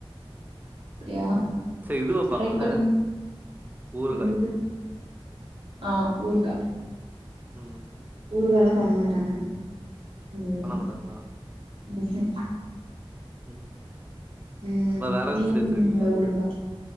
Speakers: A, on the right; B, on the right.
A: அப்டியா
B: சேர் இது வெப்பாங்கல்ல
A: ட்ரை பண்ணி
B: ஊறுகாய்
A: என்னது ஆமா ஊறுகா
B: ம்
A: ஊறுகாலா பண்ண மாட்டாங்க ம்
B: பண்ண
A: ம்
B: மாட்டாங்களா
A: ம் ம்
B: ம்
A: ம்
B: அப்புறம் வேற என்ன
A: நீங்க
B: டிஷ் வச்சிருக்கீங்க
A: பண்ணுவீங்ளா ஊறுகா